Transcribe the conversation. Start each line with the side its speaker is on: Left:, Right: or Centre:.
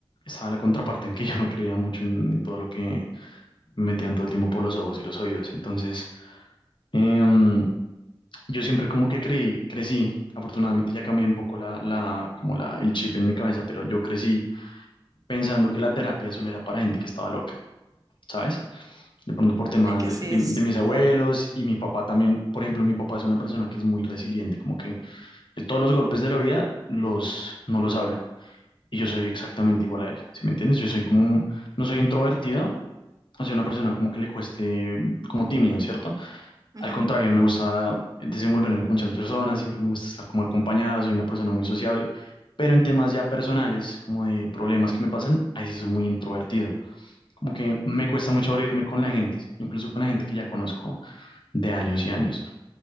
Left: estaba la contraparte en que yo no creía mucho en, en todo lo que me metían todo el tiempo por los ojos y los oídos. Entonces, eh, mm, yo siempre como que creí, crecí, afortunadamente ya cambié un poco la, la, como la, el chip en mi cabeza, pero yo crecí pensando que la terapia solo era para gente que estaba loca, ¿sabes? De pronto por temas
Right: es que
Left: de,
Right: sí
Left: de-
Right: es
Left: de mis abuelos
Right: como...
Left: y mi papá también, por ejemplo, mi papá es una persona que es muy resiliente, como que él todos los golpes de la vida los, no los habla. Y yo soy exactamente igual a él, ¿sí me entiendes? Yo soy como, un- no soy introvertido, o sea, una persona como que le cueste, como tímido, ¿cierto?
Right: Ujú,
Left: Al contrario, me gusta desenvolverme con muchas personas, siempre me gusta estar como acompañado, soy una persona muy sociable, pero en temas ya personales, como de problemas que me pasan, ahí sí soy muy introvertido. Como que me cuesta mucho abrirme con la gente, incluso con la gente que ya conozco de años y años.